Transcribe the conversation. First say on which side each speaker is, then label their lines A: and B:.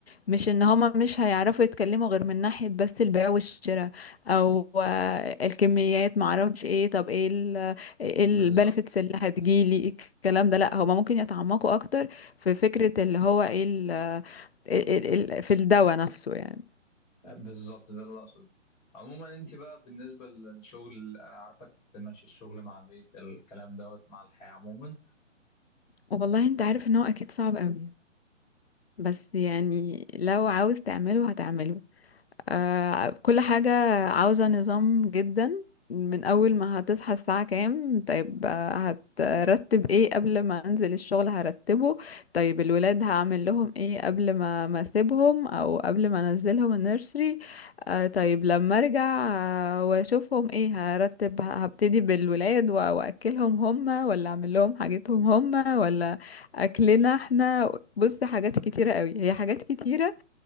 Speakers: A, on the left; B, on the left.
A: مش ان هما مش هيعرفوا يتكلموا غير من ناحية بس البيع والشراء او آه، الكميات معرفش ايه طب ايه البنفيتس
B: بالظبط
A: اللي هتجيلي الكلام ده لا هما ممكن يتعمقوا اكتر في فكرة اللي هو ايه ال- ال- ال- إيه ال- في الدواء نفسه يعني
B: بالظبط ده اللي اقصده عموما انت بقى بالنسبه للشغل آه، عارفه تمشي الشغل مع البيت الكلام دوت مع الحياه عموما
A: والله انت عارف ان هو اكيد صعب قوي بس يعني لو عاوز تعمله هتعمله آه، كل حاجة عاوزة نظام جدا من أول ما هتصحى الساعة كام طيب آه، هترتب ايه قبل ما أنزل الشغل هرتبه طيب الولاد هعمل لهم ايه قبل ما ما أسيبهم أو قبل ما أنزلهم النيرسري آه، طيب لما أرجع آه، وأشوفهم ايه هرتب ه- هبتدي بالولاد و- وأكلهم هما ولا أعمل لهم حاجتهم هما ولا أكلنا احنا بص حاجات كتيرة قوي هي حاجات كتيرة